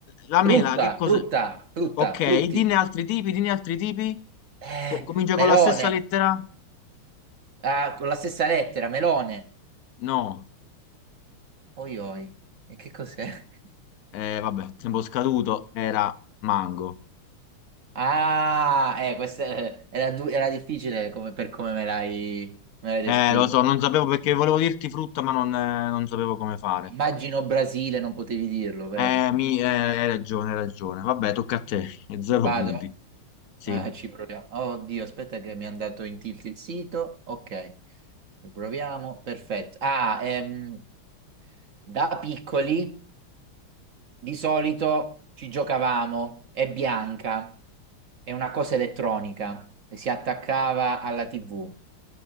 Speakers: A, on the left; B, on the right.
A: la mela,
B: Frutta,
A: che cos'è?
B: frutta, frutta,
A: Ok,
B: frutti.
A: dinne altri tipi, dinne altri tipi.
B: Eh,
A: Co- comincia
B: melone.
A: con la stessa lettera?
B: Ah, con la stessa lettera, melone.
A: No,
B: Oi, oi. E che cos'è?
A: eh, vabbè, tempo scaduto, era mango.
B: Ah, eh, questa eh, era, du- era difficile come- per come me l'hai me l'hai descritto.
A: Eh, lo so, non sapevo perché volevo dirti frutta, ma non, eh, non sapevo come fare.
B: Immagino Brasile, non potevi dirlo, vero?
A: Eh, mi, eh, hai ragione, hai ragione. Vabbè, tocca a te. <laughs> E zero
B: Vado?
A: punti. Sì.
B: Ah, ci proviamo. Oddio, aspetta che mi è andato in tilt il sito. Ok, proviamo. Perfetto. Ah, ehm, da piccoli di solito ci giocavamo. È bianca, è una cosa elettronica e si attaccava alla TV.